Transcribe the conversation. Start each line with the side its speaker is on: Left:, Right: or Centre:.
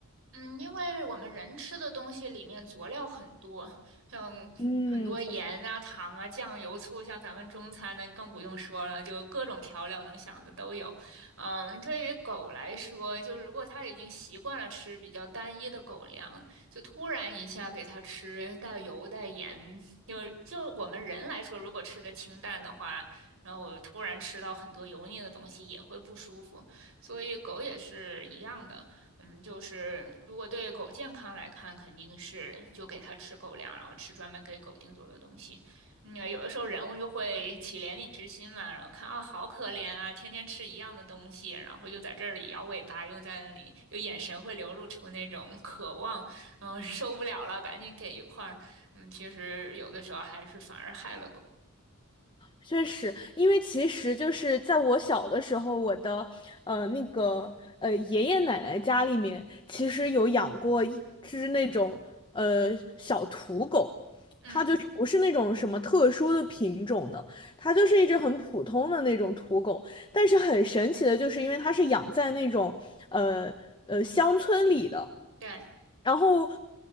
Right: 嗯，因为我们人吃的东西里面佐料很多，像很多盐啊、
Left: 嗯，确实。
Right: 糖啊、酱油、醋，像咱们中餐呢更不用说了，就各种调料能想的都有。嗯，对于狗来说，就是如果它已经习惯了吃比较单一的狗粮，就突然一下给它吃带油带盐，就就我们人来说，如果吃的清淡的话，然后突然吃到很多油腻的东西也会不舒服，所以狗也是一样的。嗯，就是如果对狗健康来看，肯定是就给它吃狗粮，然后吃专门给狗定做的东西。因为有的时候人物就会起怜悯之心嘛，然后看啊，好可怜啊，天天吃一样的东西，然后又在这里摇尾巴，又在那里，就眼神会流露出那种渴望，然后受不了了，赶紧给一块儿。嗯，其实有的时候还是反而害了狗。
Left: 确实，因为其实就是在我小的时候，我的呃那个呃爷爷奶奶家里面，其实有养过一只那种呃小土狗，
Right: 嗯，
Left: 它就是不是那种什么特殊的品种的，它就是一只很普通的那种土狗。但是很神奇的就是，因为它是养在那种呃呃乡村里的，
Right: 对
Left: 然后